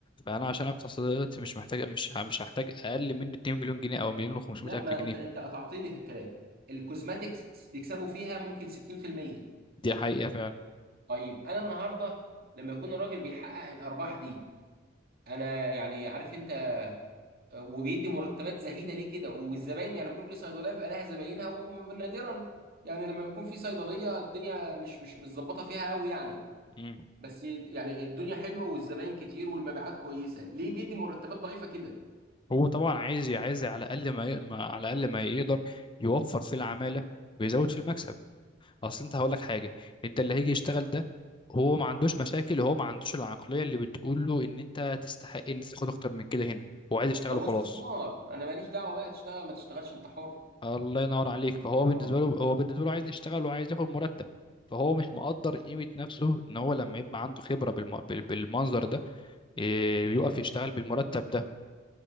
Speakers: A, on the left; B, on the right.
A: فأنا عشان أفتح صيدلية دلوقتي مش محتاج مش ه- مش هحتاج أقل من 2 مليون جنيه أو مليون و500
B: لا
A: ألف
B: ما
A: جنيه
B: انت انت قطعتني في الكلام الكوزماتكس بيكسبوا فيها ممكن 60%
A: دي حقيقة فعلا
B: طيب انا النهارده لما يكون الراجل بيحقق الارباح دي انا يعني عارف انت وبيدي مرتبات زهيده ليه كده والزباين يعني كل صيدليه بيبقى لها زباينها ونادرا يعني لما يكون في صيدليه الدنيا مش مش متظبطه فيها قوي يعني
A: مم.
B: بس يعني الدنيا حلوه والزباين كتير والمبيعات كويسه ليه بيدي مرتبات ضعيفه كده
A: هو طبعا عايز عايز على الأقل ما, ي- ما على الأقل ما يقدر يوفر في العمالة ويزود في المكسب أصل أنت هقول لك حاجة أنت اللي هيجي يشتغل ده هو ما عندوش مشاكل هو ما عندوش العقلية اللي بتقول له إن أنت تستحق إن تاخد أكتر من كده هنا هو عايز يشتغل
B: هو
A: وخلاص
B: استثمار انا ماليش دعوه بقى تشتغل ما تشتغلش انت حر
A: الله ينور عليك فهو بالنسبه
B: اه
A: له هو بالنسبه له عايز يشتغل وعايز ياخد مرتب فهو مش مقدر قيمه نفسه ان هو لما يبقى عنده خبره بالم... بال- بالمنظر ده إيه، يقف يشتغل بالمرتب ده